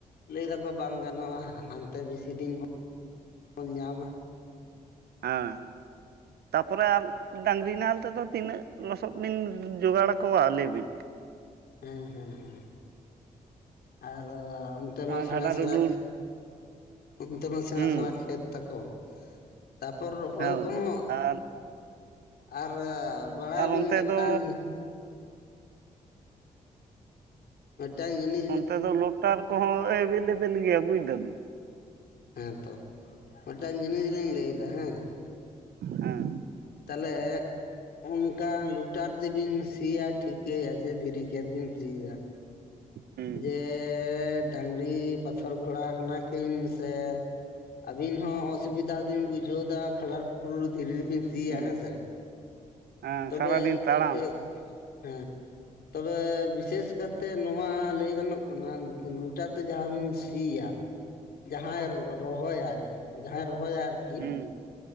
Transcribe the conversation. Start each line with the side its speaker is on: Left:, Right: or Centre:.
Left: ᱞᱟᱹᱭ ᱫᱟᱠᱚ ᱵᱟᱝ ᱜᱟᱱᱚᱜ-ᱟ ᱦᱟᱸᱱᱛᱮ ᱵᱮᱥᱤ ᱫᱤᱱ ᱵᱚᱱ ᱧᱟᱢᱟ᱾
Right: ᱦᱮᱸ᱾ ᱛᱟᱯᱚᱨᱮ ᱟᱨ ᱰᱟᱝᱨᱤ ᱱᱟᱦᱮᱞ ᱛᱮᱫᱚ ᱛᱤᱱᱟᱹᱜ ᱞᱚᱥᱚᱫ ᱵᱤᱱ ᱡᱚᱜᱟᱲ ᱠᱚᱣᱟ ᱞᱟᱹᱭ ᱵᱤᱱ᱾
Left: ᱦᱮᱸ ᱦᱮᱸ ᱦᱮᱸ ᱟᱨ ᱚᱱᱛᱮ ᱢᱟ
Right: ᱟᱨ
Left: ᱥᱮᱬᱟ
Right: ᱦᱟᱰᱟᱨ
Left: ᱥᱮᱬᱟ
Right: ᱦᱩᱰᱩᱨ
Left: ᱚᱱᱛᱮ ᱢᱟ ᱥᱮᱬᱟ
Right: ᱦᱩᱸ
Left: ᱥᱮᱬᱟ ᱠᱷᱮᱛ ᱛᱟᱠᱚ᱾ ᱛᱟᱯᱚᱨ ᱨᱚᱦᱚᱭ
Right: ᱦᱳᱭ
Left: ᱠᱚᱦᱚᱸ
Right: ᱟᱨ
Left: ᱟᱨ ᱵᱟᱲᱟᱭᱵᱤᱱ
Right: ᱟᱨ ᱚᱱᱛᱮ
Left: ᱢᱮᱫᱴᱟᱝ
Right: ᱫᱚ
Left: ᱢᱮᱫᱴᱟᱝ ᱡᱤᱱᱤ
Right: ᱱᱚᱱᱛᱮ ᱫᱚ ᱞᱚᱴᱟᱨ ᱠᱚᱦᱚᱸ ᱮᱵᱮᱞᱮᱵᱮᱞ ᱜᱮᱭᱟ ᱵᱩᱡ ᱫᱟᱵᱤᱱ᱾
Left: ᱦᱮᱸ ᱛᱚ ᱢᱤᱫᱴᱟᱝ ᱡᱤᱱᱤᱥ ᱞᱤᱧ ᱞᱟᱹᱭ ᱫᱟ ᱦᱮᱸ,
Right: ᱦᱮᱸ᱾
Left: ᱛᱟᱦᱞᱮ ᱚᱱᱠᱟ ᱞᱩᱴᱟᱨ ᱛᱮᱵᱤᱱ ᱥᱤᱭᱟ ᱴᱷᱤᱠᱟᱹᱭᱟ ᱟᱪᱷᱮ ᱫᱷᱤᱨᱤ ᱠᱷᱮᱛ ᱵᱤᱱ ᱥᱤᱭ ᱫᱟ
Right: ᱦᱩᱸ
Left: ᱡᱮ ᱰᱟᱹᱝᱨᱤ ᱯᱟᱛᱷᱚᱨ ᱜᱷᱳᱚᱲᱟ ᱠᱟᱱᱟ ᱠᱤᱱ ᱥᱮ ᱟᱹᱵᱤᱱ ᱦᱚᱸ ᱚᱥᱩᱵᱤᱫᱟ ᱵᱤᱱ ᱵᱩᱡᱷᱟᱹᱣ ᱫᱟ ᱠᱷᱟᱰᱟᱨ ᱠᱷᱩᱩᱨ ᱫᱷᱤᱨᱤ ᱨᱮᱵᱤᱱ ᱥᱤᱭᱟ
Right: ᱦᱩᱸ
Left: ᱦᱮᱸ ᱥᱮ᱾
Right: ᱦᱮᱸ
Left: ᱛᱚᱵᱮ
Right: ᱥᱟᱨᱟᱫᱤᱱ
Left: ᱮᱸ
Right: ᱛᱟᱲᱟᱢ
Left: ᱪᱮ ᱦᱮᱸ᱾ ᱛᱚᱵᱮ ᱵᱤᱥᱮᱥ ᱠᱟᱨᱛᱮ ᱱᱚᱣᱟ ᱞᱟᱹᱭ ᱜᱟᱱᱚᱜ ᱠᱟᱱᱟ ᱞᱩᱴᱟᱨ ᱛᱮ ᱡᱟᱦᱟᱸ ᱵᱤᱱ ᱥᱤᱭᱟ,
Right: ᱦᱮ
Left: ᱡᱟᱦᱟᱸᱭ ᱨᱚᱦᱚᱭᱟᱭ ᱡᱟᱦᱟᱸᱭ ᱨᱚᱦᱚᱭᱟ ᱟᱨᱠᱤ,
Right: ᱦᱩᱸ